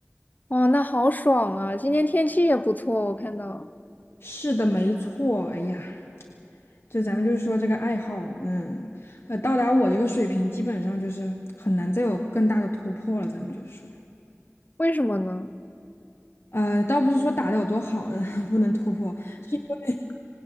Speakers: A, on the left; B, on the left.
A: 哇，那好爽啊！今天天气也不错，我看到，
B: 是的，没错。哎呀，就咱们就是说这个爱好，嗯，呃，到达我这个水平，基本上就是很难再有更大的突破了。咱们就是说。
A: 为什么呢？
B: 呃，倒不是说打得有多好，<laughs> 不能突破，是因为